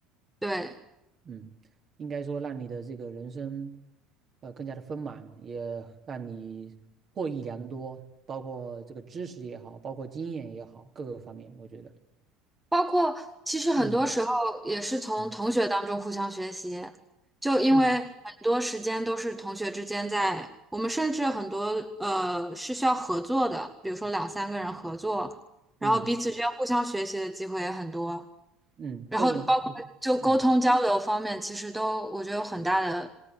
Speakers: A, in the centre; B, on the right.
A: 对，
B: 嗯，应该说让你的这个人生，呃，更加的丰满，也让你获益良多，包括这个知识也好，包括经验也好，各个方面，我觉得，
A: 包括其实很多时候也是从同学当中互相学习，
B: 嗯嗯
A: 就因为很多时间都是同学之间在，
B: 嗯
A: 我们甚至很多呃是需要合作的，比如说两三个人合作，然后彼此之间互相学习的机会也很多，
B: 嗯嗯，
A: 然后包括就沟通交流方面，
B: 这种是，嗯
A: 其实都我觉得有很大的
B: 嗯，